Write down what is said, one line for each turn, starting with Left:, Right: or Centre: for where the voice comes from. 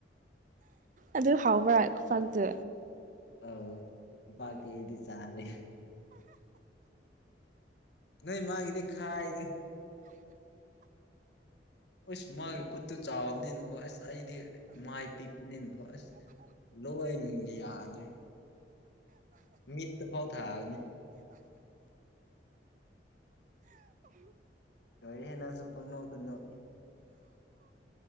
Right: ꯑꯗꯨ ꯍꯥꯎꯕ꯭ꯔꯥ ꯈꯨꯄꯥꯛꯗꯨ
Left: ꯑꯧ ꯈꯨꯄꯥꯛꯇꯤ ꯑ‌‌ꯩꯗꯤ ꯆꯥꯔꯦ ꯅꯣꯏ ꯏꯃꯥꯒꯤꯗꯤ ꯈꯥꯏꯗ ꯑꯁ ꯃꯥꯒꯤ ꯈꯨꯠꯇꯨ ꯆꯥꯎꯕꯅꯤꯅꯀꯣ ꯑꯁ ꯑꯩꯗꯤ ꯃꯥꯏ ꯄꯤꯛꯄꯅꯤꯅꯀꯣ ꯑꯁ ꯂꯣꯏꯅꯒ ꯌꯥꯗ꯭ꯔꯦ ꯃꯤꯠꯇꯐꯥꯎ ꯊꯥꯕꯅꯤ ꯂꯣꯏꯔꯦꯍꯦ ꯅꯪꯁꯨ ꯄꯪꯅꯣꯛꯇ ꯅꯣꯛꯏ